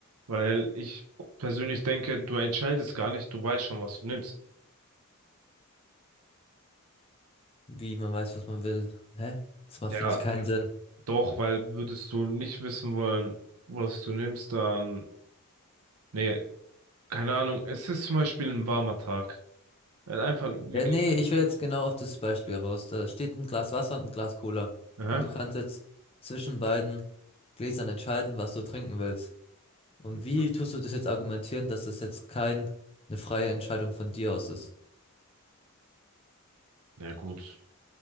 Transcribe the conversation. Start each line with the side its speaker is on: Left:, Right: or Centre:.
Right: weil ich persönlich denke, du entscheidest gar nicht, du weißt schon, was du nimmst.
Left: wie man weiß, was man will. Hä? Das macht,
Right: Ja,
Left: finde ich, keinen Sinn.
Right: Doch, weil würdest du nicht wissen wollen, was du nimmst, dann. Nee, keine Ahnung. Es ist zum Beispiel ein warmer Tag. Halt Einfach wirklich.
Left: Ja, nee, ich will jetzt genau auf das Beispiel raus. Da steht ein Glas Wasser und ein Glas Cola.
Right: Aha.
Left: Und du kannst jetzt zwischen beiden Gläsern entscheiden, was du trinken willst. Und
Right: Mhm.
Left: wie tust du das jetzt argumentieren, dass das jetzt kein, eine freie Entscheidung von dir aus ist?
Right: Ja, gut.